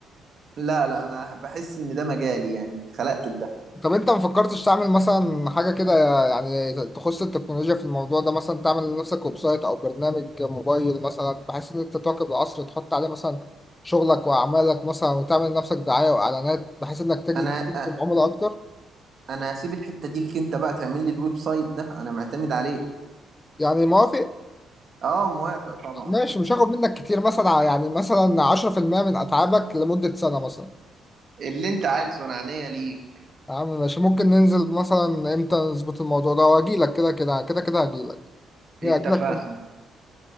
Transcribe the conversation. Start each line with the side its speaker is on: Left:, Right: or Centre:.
Right: لا لا انا بحس ان ده مجالي يعني اتخلقت لده
Left: طب انت ما فكرتش تعمل مثلا حاجه كده يعني تخص التكنولوجيا في الموضوع ده مثلا تعمل لنفسك ويب سايت او برنامج موبايل مثلا بحيث ان انت تواكب العصر تحط عليه مثلا شغلك واعمالك مثلا وتعمل لنفسك دعايه واعلانات بحيث انك تجذب
Right: انا
Left: تجذب
Right: أ-
Left: عملاء اكتر
Right: انا هسيب الحتة دي ليك انت بقى تعمل لي الويب سايت ده انا معتمد عليه
Left: يعني موافق
Right: اه موافق طبعا
Left: ماشي مش هاخد منك كتير مثلا يعني مثلا 10% من اتعابك لمده سنه مثلا
Right: اللي انت عايزه انا عينيا ليك
Left: يا عم ماشي ممكن ننزل مثلا امتى نظبط الموضوع ده واجي لك كده كده كده كده هجي لك
Right: اتفقنا
Left: اجي لك امتى